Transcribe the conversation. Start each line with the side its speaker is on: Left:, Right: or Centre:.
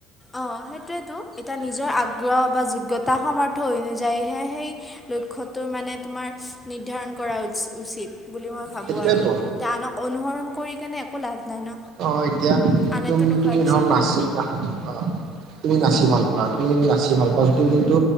Left: অ সেইটোৱেতো এতিয়া নিজৰ আগ্ৰহ বা যোগ্যতা সৰ্থ যাইহে সেই লক্ষ্যটো মানে তোমাৰ নিৰ্ধাৰণ কৰা উচ উচিত বুলি মই ভাবোঁ
Right: সেইটোৱেতো
Left: আৰু যে আনক অনুসৰণ কৰি কেনে একো লাভ নাই ন
Right: আহ এতিয়া
Left: আনেতো
Right: তুমি
Left: নোখোৱাৰ
Right: তুমি
Left: পিছত
Right: ধৰা নাচিবা অ তুমি নাচি ভাল পোৱা তুমি কিন্তু নাচি ভাল পোৱা যদিও কিন্তু